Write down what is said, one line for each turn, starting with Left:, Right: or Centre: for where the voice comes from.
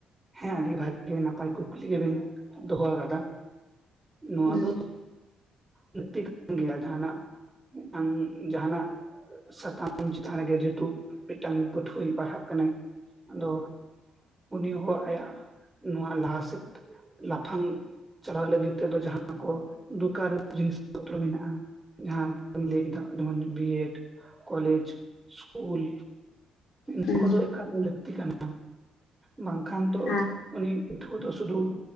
Right: ᱦᱮᱸ ᱟᱹᱰᱤ ᱵᱷᱟᱜᱤ ᱱᱟᱯᱟᱭ ᱠᱩᱠᱞᱤ ᱜᱮᱵᱤᱱ ᱫᱚᱦᱚ ᱟᱠᱟᱫᱟ ᱱᱚᱣᱟ
Left: ᱦᱩᱸ
Right: ᱫᱚ ᱞᱟᱹᱠᱛᱤ ᱠᱟᱱ ᱜᱮᱭᱟ ᱡᱟᱸᱦᱟᱱᱟᱜ ᱢᱤᱫᱴᱟᱝ ᱡᱟᱸᱦᱟᱱᱟᱜ ᱥᱟᱛᱟᱢ ᱪᱮᱛᱟᱱ ᱨᱮᱜᱮ ᱡᱮᱦᱮᱛᱩ ᱢᱤᱫᱴᱟᱝ ᱯᱟᱹᱴᱷᱩᱣᱟᱹᱭ ᱯᱟᱲᱦᱟᱜ ᱠᱟᱱᱟᱭ ᱟᱫᱚ ᱩᱱᱤ ᱦᱚᱸ ᱟᱭᱟᱜ ᱱᱚᱣᱟ ᱞᱟᱦᱟ ᱥᱮᱫ ᱞᱟᱯᱷᱟᱝ ᱪᱟᱞᱟᱜ ᱞᱟᱹᱜᱤᱫ ᱛᱮᱫᱚ ᱡᱟᱦᱟᱸ ᱠᱚ ᱫᱚᱠᱟᱨ ᱡᱤᱱᱤᱥ ᱯᱚᱛᱨᱚ ᱢᱮᱱᱟᱜᱼᱟ ᱡᱟᱦᱟᱸ ᱠᱚᱢ ᱞᱟᱹᱭ ᱠᱮᱫᱟ ᱡᱮᱢᱚᱱ ᱵᱤᱭᱮᱰ ᱠᱚᱞᱮᱡᱽ ᱥᱠᱩᱞ ᱱᱚᱣᱟ
Left: ᱦᱩᱸ
Right: ᱠᱚᱫᱚ ᱮᱠᱟᱞ ᱜᱮ ᱞᱟᱹᱠᱛᱤ ᱠᱟᱱᱟ ᱵᱟᱝᱠᱷᱟᱱ ᱛᱚ
Left: ᱟᱨ
Right: ᱩᱱᱤ ᱯᱟᱹᱴᱷᱩᱣᱟᱹ ᱛᱚ ᱥᱩᱫᱩ